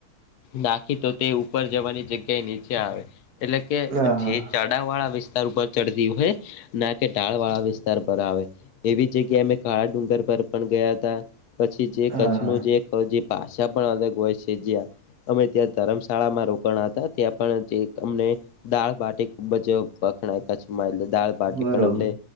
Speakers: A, on the left (about 80°); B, on the right (about 70°).
A: નાખી તો તે ઉપર જવાની જગ્યાએ નીચે આવે એટલે કે
B: હા હા
A: જે ચ વાળા વિસ્તાર ઉપર ચડતી હોય ના કે ઢાળ વાળા વિસ્તાર પર આવે એવી જગ્યાએ અમે કાળા ડુંગર પર પણ ગયા હતા. પછી જે
B: હા
A: કચ્છ
B: હા
A: નો જે જે ભાષા પણ અલગ હોય છે જયા અમે ત્યાં ધર્મશાળામાં રોકાણ હતા ત્યાં પણ જે અમને દાળ બાટી ખુબ જ વખણાય કચ્છમાં એટલે દાળ બાટી
B: બરોબર
A: પણ અમને